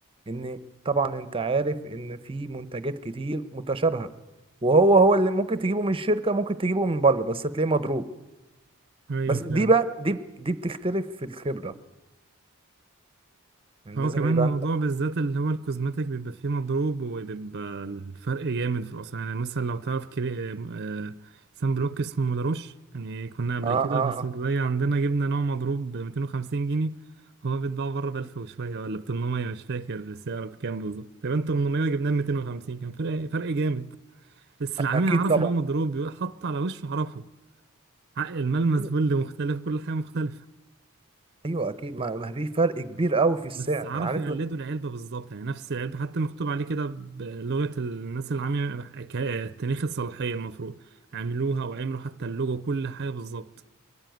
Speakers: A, on the right; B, on the right.
A: ان طبعا انت عارف ان في منتجات كتير متشابهة وهو هو اللي ممكن تجيبه من الشركة ممكن تجيبه من بره بس تلاقيه مضروب
B: ايوه
A: بس
B: فعلا
A: دي بقى دي دي بتختلف في الخبرة يعني
B: هو
A: لازم
B: كمان
A: يبقى
B: موضوع
A: انت
B: بالذات اللي هو الكوزماتيك بيبقى فيه مضروب وبيبقى الفرق جامد في الأسعار يعني مثلا لو تعرف كري... آه، سان بلوك اسمه لاروش يعني كنا قبل
A: اه اه,
B: كده في الصيدلية
A: آه.
B: عندنا جبنا نوع مضروب ب 250 جنيه هو بيتباع بره ب 1000 وشوية ولا ب 800 مش فاكر السعر بكام بالظبط تقريبا 800 جبناه ب 250 كان فرق فرق جامد بس العميل
A: اكيد
B: عرف
A: طبعا
B: إن هو مضروب بيبقى حط على وشه عرفه عق الملمس
A: ايوه
B: بل مختلف كل حاجة مختلفة
A: أيوة اكيد ما ما في فرق كبير قوي في السعر
B: بس عرفوا
A: عارف
B: يقلدوا العلبة بالظبط يعني نفس العلبة حتى مكتوب عليه كده بلغة الناس اللي عاملة ك- تاريخ الصلاحية المفروض عملوها وعملوا حتى اللوجو كل حاجة بالظبط